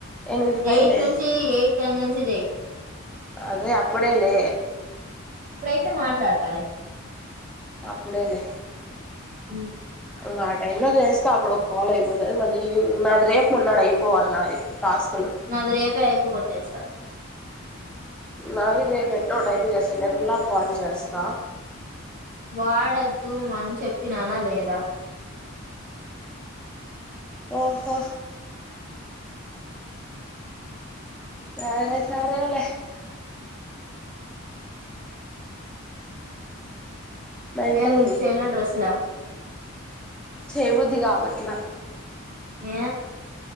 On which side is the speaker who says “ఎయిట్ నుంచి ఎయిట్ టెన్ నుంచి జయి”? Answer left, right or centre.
Right